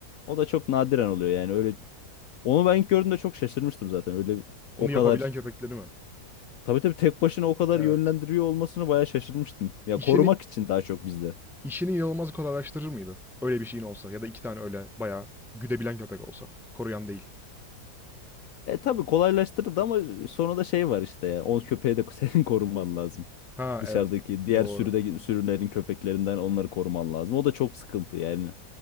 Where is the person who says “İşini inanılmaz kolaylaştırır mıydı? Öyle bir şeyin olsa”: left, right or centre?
Centre